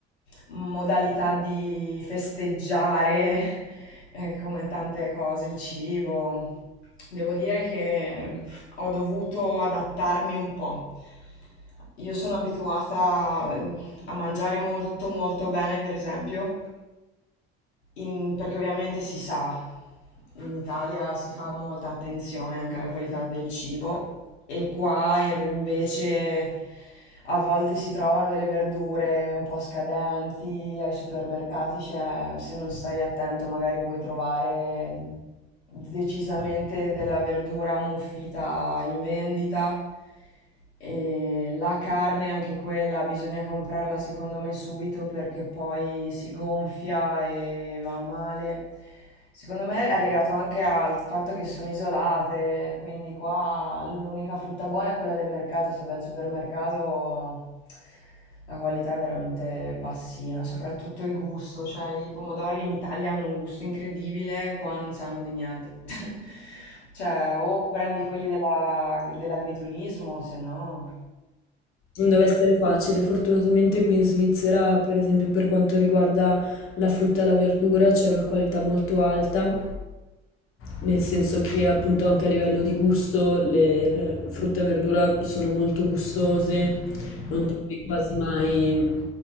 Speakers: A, on the left (about 85°); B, on the left (about 40°).
A: modalità di festeggiare, eh, come tante cose, il cibo. Devo dire che ho dovuto adattarmi un po'. Io sono abituata mm, a mangiare molto molto bene, per esempio, in perché ovviamente si sa, in Italia si fa molta attenzione anche alla qualità del cibo e qua in r invece a volte si trovano delle verdure un po' scadenti, ai supermercati c'è se non stai attento magari puoi trovare decisamente della verdura ammuffita in vendita. E la carne, anche quella, bisogna comprarla secondo me subito perché poi si gonfia e va male. Secondo me è legato anche al fatto che sono isolate, quindi qua l'unica frutta buona è quella del mercato, se vai al supermercato la qualità è veramente bassina, soprattutto il gusto, cioè i pomodori in Italia hanno un gusto incredibile, qua non sanno di niente. <laughs> Cioè, o prendi quelli della- dell'agriturismo, se no...
B: Non deve essere facile. Fortunatamente qui in Svizzera, per esempio, per quanto riguarda la frutta e la verdura, c'è una qualità molto alta, nel senso che appunto anche a livello di gusto le, le frutta e verdura sono molto gustose, non trovi quasi mai